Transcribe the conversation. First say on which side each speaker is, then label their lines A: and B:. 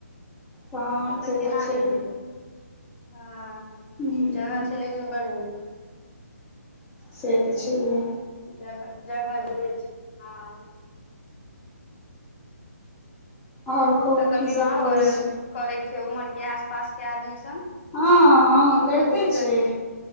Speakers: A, on the left; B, on the left.
A: हँ
B: एतय
A: से
B: केना
A: तऽ छै
B: रहि जेयबै। हँ,
A: हूँ
B: जगह छै, लेकिन बड़ निक।
A: सेहत छै हे।
B: जगह जगह दूर छै हँ।
A: आओर कहू
B: से तऽ
A: की
B: विवाह
A: सब करै
B: कर
A: छी
B: करै छै उमर के आस पास के आदमी सभ।
A: हँ हँ
B: दूरो
A: करिते
B: दूरसे
A: छै
B: गिर